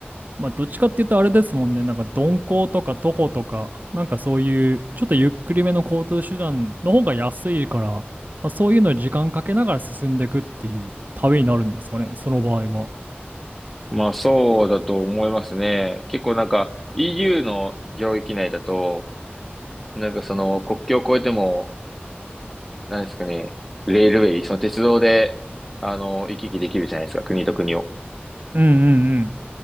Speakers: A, on the right; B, in the centre.
A: まあ、どっちかって言うとあれですもんね。なんか鈍行とか徒歩とか、なんかそういう、ちょっとゆっくりめの交通手段の方が安いから、まあ、そういうのに時間かけながら進んでいくっていう旅になるんですかね、その場合は。
B: まあそうだと思いますね。結構なんか EU の領域内だと、なんかその国境を越えてもなんですかね、レールウェイ、その鉄道で、あの、行き来できるじゃないですか、国と国を。
A: うんうん